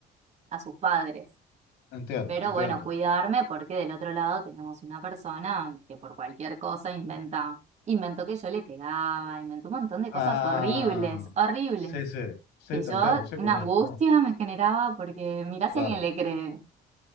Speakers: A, on the right; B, on the left.
A: a sus padres.
B: Entiendo,
A: Pero
B: entiendo.
A: bueno, cuidarme porque del otro lado tenemos una persona que por cualquier cosa inventa, inventó que yo le pegaba, inventó un montón de
B: Ah,
A: cosas horribles, horribles,
B: sí, sí. Sí,
A: que
B: te
A: yo
B: entiendo, sí,
A: una
B: con
A: angustia
B: eso. No,
A: me generaba porque mirá si
B: claro.
A: alguien le cree.